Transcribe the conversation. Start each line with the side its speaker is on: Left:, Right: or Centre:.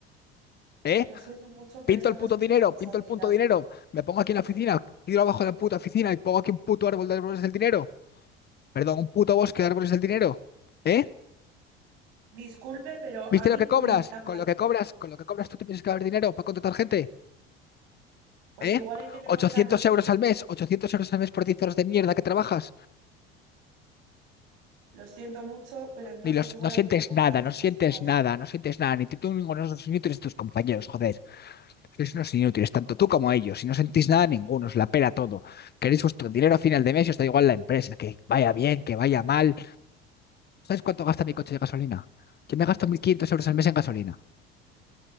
Left: ¿Eh?
Right: Pues lo siento mucho, pero
Left: Pinto
Right: eso
Left: el
Right: no
Left: puto
Right: es mi
Left: dinero,
Right: responsabilidad.
Left: pinto el punto dinero. Me pongo aquí en la oficina, tiro abajo de la puta oficina y pongo aquí un puto árbol de árboles del dinero. Perdón, un puto bosque de árboles del dinero. ¿Eh?
Right: Disculpe, pero
Left: ¿Viste
Right: a mí
Left: lo que cobras?
Right: me habla
Left: Con lo
Right: bien.
Left: que cobras, con lo que cobras, ¿tú te piensas que va a haber dinero para contratar gente?
Right: Pues
Left: ¿Eh?
Right: igual hay que recortar
Left: 800
Right: de otros
Left: euros
Right: sitios.
Left: al mes, 800 euros al mes por 10 horas de mierda que trabajas.
Right: Lo siento mucho, pero entonces
Left: Ni los,
Right: igual
Left: no sientes
Right: hay que recortar
Left: nada,
Right: de
Left: no
Right: otros
Left: sientes
Right: lados.
Left: nada, no sientes nada, ni tú ninguno de los inútiles de tus compañeros, joder. Sois unos inútiles, tanto tú como ellos, y no sentís nada ninguno, os la pela todo. Queréis vuestro dinero a final de mes y os da igual la empresa, que vaya bien, que vaya mal. ¿Sabes cuánto gasta mi coche de gasolina? Yo me gasto 1.500 euros al mes en gasolina.